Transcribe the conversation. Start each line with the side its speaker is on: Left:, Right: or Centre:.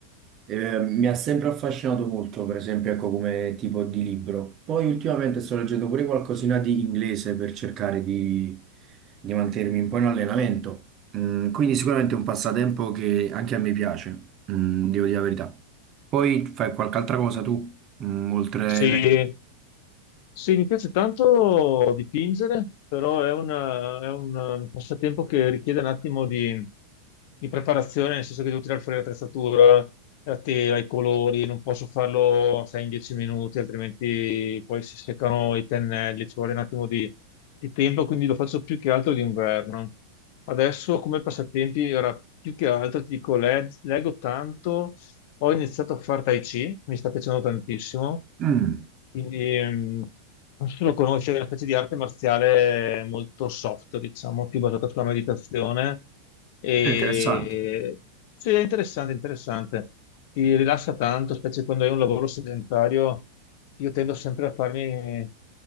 Right: eh, mi ha sempre affascinato molto, per esempio, ecco, come tipo di libro. Poi ultimamente sto leggendo pure qualcosina di inglese per cercare di, di mantenermi un po' in allenamento. Mm, quindi sicuramente è un passatempo che anche a me piace, mm, devo dire la verità. Poi fai qualche altra cosa tu, mm, oltre...
Left: Sì,
Right: le-
Left: Sì, mi piace tanto dipingere, però è, una- è un um, passatempo che richiede un attimo di, di preparazione, nel senso che devo tirare fuori l'attrezzatura, la tela, i colori, non posso farlo, sai, in dieci minuti, altrimenti poi si seccano i pennelli, ci vuole un attimo di, di tempo, quindi lo faccio più che altro d'inverno. Adesso come passatempi era più che altro, ti dico, leg- leggo tanto, ho iniziato a fare Tai Chi, mi sta piacendo tantissimo.
Right: Mm,
Left: Quindi ehm, non so se lo conosci, è una specie di arte marziale molto soft, diciamo, più basata sulla meditazione. E
Right: è interessante.
Left: sì, è interessante, interessante. Ti rilassa tanto, specie quando hai un lavoro sedentario. Io tendo sempre a farmi